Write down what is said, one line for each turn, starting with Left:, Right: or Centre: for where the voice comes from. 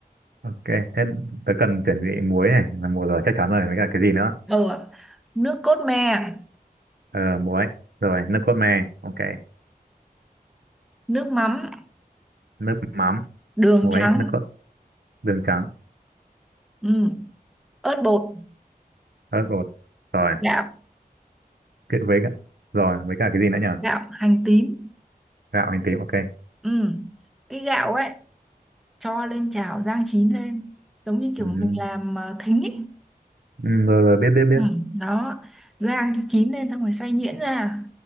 Right: ok thế tớ cần chuẩn bị muối này là muối rồi chắc chắn rồi với cả cái gì nữa
Centre: Ừ, ạ. nước cốt me,
Right: ờ muối rồi nước cốt me ok
Centre: nước mắm,
Right: nước mắm
Centre: đường
Right: muối,
Centre: trắng,
Right: nước cốt đường trắng
Centre: ừ. ớt bột,
Right: ớt bột rồi
Centre: gạo,
Right: cái- với cả, rồi với cả cái gì nữa nhỉ
Centre: gạo, hành tím.
Right: gạo hành tím ok
Centre: Ừ. Cái gạo ấy cho lên chảo rang chín lên, giống như kiểu
Right: ừ.
Centre: mình làm ờ, thính ấy.
Right: Ừ, rồi rồi biết biết biết
Centre: Ừ. Đó, rang cho chín lên xong rồi xay nhuyễn ra.